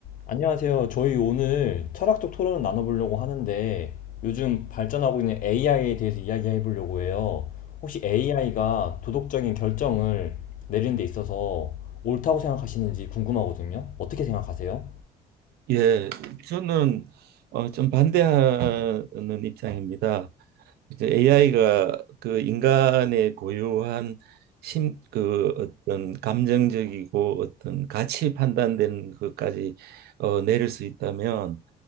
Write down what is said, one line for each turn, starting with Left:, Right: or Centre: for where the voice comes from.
Left: 안녕하세요. 저희 오늘 철학적 토론을 나눠보려고 하는데 요즘 발전하고 있는 AI에 대해서 이야기해 보려고 해요. 혹시 AI가 도덕적인 결정을 내리는 데 있어서 옳다고 생각하시는지 궁금하거든요. 어떻게 생각하세요?
Right: 예, 저는 어, 좀 반대하는 입장입니다. 이제 AI가 그 인간의 고유한 심, 그 어떤 감정적이고 어떤 가치 판단되는 것까지 어, 내릴 수 있다면